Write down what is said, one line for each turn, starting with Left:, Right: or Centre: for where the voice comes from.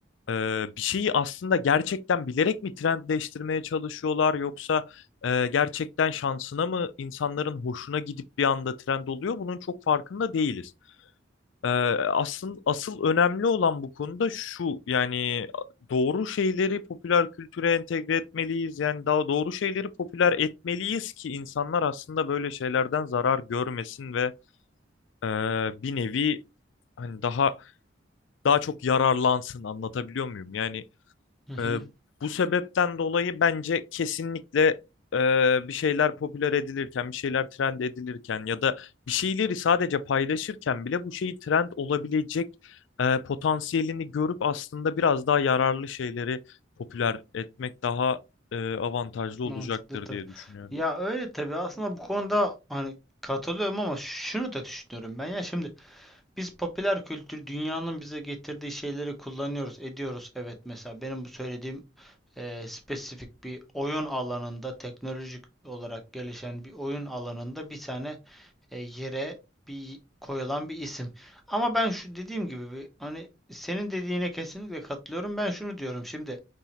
Left: eee, bir şeyi aslında gerçekten bilerek mi trendleştirmeye çalışıyorlar yoksa eee, gerçekten şansına mı insanların hoşuna gidip bir anda trend oluyor? Bunun çok farkında değiliz. Ee, asıl asıl önemli olan bu konuda şu yani doğru şeyleri popüler kültüre entegre etmeliyiz yani daha doğru şeyleri popüler etmeliyiz ki insanlar aslında böyle şeylerden zarar görmesin ve e, bir nevi hani daha daha çok yararlansın anlatabiliyor muyum? Yani
Centre: Hı hı.
Left: ee, bu sebepten dolayı bence kesinlikle e, bir şeyler popüler edilirken, bir şeyler trend edilirken ya da bir şeyleri sadece paylaşırken bile bu şeyi trend olabilecek e, potansiyelini görüp aslında biraz daha yararlı şeyleri popüler etmek daha e, avantajlı
Centre: Mantıklı
Left: olacaktır
Centre: tabii.
Left: diye düşünüyorum.
Centre: Ya öyle tabii aslında bu konuda hani katılıyorum ama şunu da düşünüyorum ben ya şimdi biz popüler kültür dünyanın bize getirdiği şeyleri kullanıyoruz ediyoruz evet mesela benim bu söylediğim eee, spesifik bir oyun alanında teknolojik olarak gelişen bir oyun alanında bir tane e, yere bir koyulan bir isim ama ben şu dediğim gibi bir, hani senin dediğine kesinlikle katılıyorum ben şunu diyorum şimdi